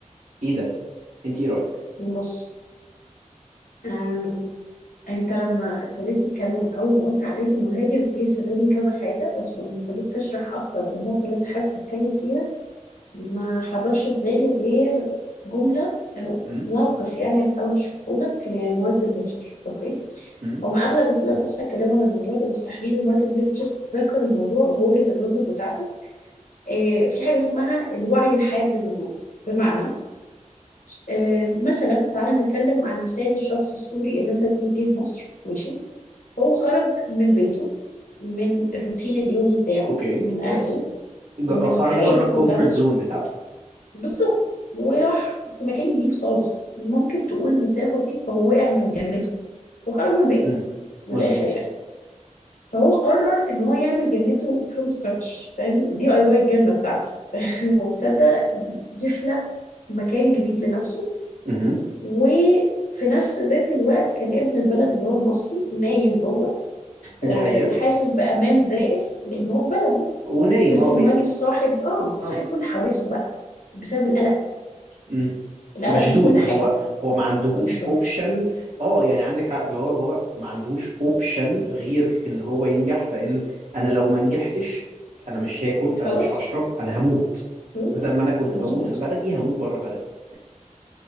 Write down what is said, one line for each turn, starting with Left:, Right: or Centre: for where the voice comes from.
Right: ايه ده انت ايه رأيك
Left: بص آم، انت لما ابتديت تتكلم اول ما قلت عقلية المهاجر جه في بالي كذا حاجة بس لما ابتديت تشرح اكتر النقطة اللي انت حابب تتكلم فيها ما حضرش في بالي غير جملة او
Right: امم
Left: موقف يعني هحاول اشرحه لك لمارتن هيتشر اوكي
Right: امم
Left: هم اغلب الفلاسفه اتكلموا عن الموضوع ده بس تحديدا مارتن هيتشر ذكر الموضوع بوجهة النظر بتاعتك آه، في حاجة اسمها الوعي الحاد للوجود بمعنى آه، مثلا تعالى نتكلم عن مثال الشخص السوري اللي انت بتقول جه مصر ماشي هو خرج من بيته من الروتين اليومي بتاعه
Right: اوكي
Left: من اهله
Right: يس جا-
Left: من
Right: خرج
Left: حياته
Right: بره الكومفورت
Left: كلها
Right: زون بتاعته
Left: بالظبط وراح في مكان جديد خالص ممكن تقول مثال لطيف هو وقع من جنته وخرج من بيته
Right: امم
Left: من
Right: مظبوط
Left: الاخر يعني فهو قرر ان هو يعمل جنته فروم سكراتش فاهم دي اي واي الجنه بتاعتي <laughs> فاهم وابتدى يخلق مكان جديد لنفسه
Right: امم
Left: وفي نفس ذات الوقت كان ابن البلد اللي هو المصري نايم جوه
Right: دي
Left: آه،
Right: حقيقة
Left: حاسس بأمان زائف لأن هو في بلده
Right: ونايم
Left: بس
Right: اه
Left: المهاجر
Right: إيه.
Left: صاحب اه صاحب
Right: اه
Left: كل حواسه بقى بسبب القلق
Right: امم
Left: القلق
Right: مشدود
Left: من كل حاجة
Right: هو هو ما عندهوش
Left: بالظبط
Right: اوبشن اه يعني عندك حق اللي هو هو ما عندهوش اوبشن غير ان هو ينجح لان انا لو ما نجحتش انا مش هاكل انا
Left: خلاص
Right: مش هشرب انا هموت
Left: مم؟
Right: بدل ما انا كنت
Left: مظبوط
Right: بموت في بلدي هموت بره بلدي